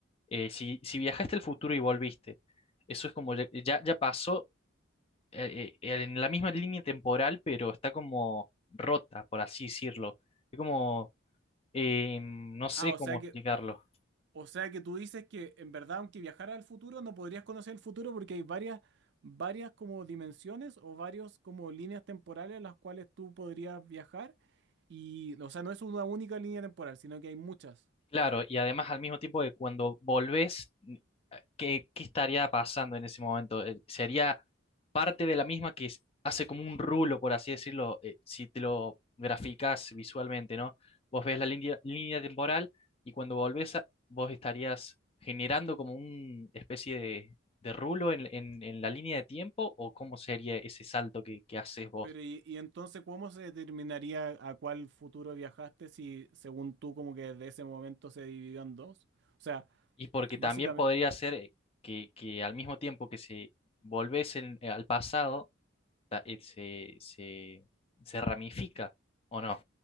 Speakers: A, on the left; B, on the right.
A: eh, si, si viajaste al futuro y volviste, eso es como ya, ya, ya pasó eh, eh, en la misma línea temporal, pero está como rota, por así decirlo. Es como, eh, no sé
B: Ah, o
A: cómo
B: sea que
A: explicarlo.
B: O sea que tú dices que en verdad, aunque viajara al futuro, no podrías conocer el futuro porque hay varias, varias como dimensiones o varios como líneas temporales a las cuales tú podrías viajar. Y, o sea, no es una única línea temporal, sino que hay muchas.
A: Claro, y además al mismo tiempo que cuando volvés, n- eh, ¿qué, qué estaría pasando en ese momento? Eh, ¿Sería parte de la misma que s- hace como un rulo, por así decirlo, eh, si te lo graficás visualmente, ¿no? Vos ves la línea, línea temporal y cuando volvés, a- vos estarías generando como una especie de, de rulo en, en- en la línea de tiempo, ¿o cómo sería ese salto que, que haces vos?
B: Pero, y, y entonces, ¿cómo se determinaría a cuál futuro viajaste si, según tú, como que desde ese momento se dividió en dos? O sea,
A: Y porque
B: básicamente,
A: también podría ser eh, que, que al mismo tiempo que se volvés en- eh, al pasado, ta- eh, se, se, se ramifica, ¿o no?